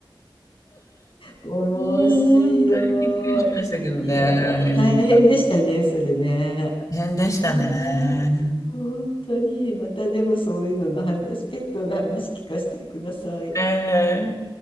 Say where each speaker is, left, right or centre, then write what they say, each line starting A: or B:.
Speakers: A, on the left; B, on the left.
A: 面白い。
B: もう本当にびっくりしましたけどね。
A: いやー、大変でしたね、それね。
B: 大変でしたね。
A: うーん、<laughs> 本当に、またでもそういうのの話、ペットの話聞かせてください。
B: ええ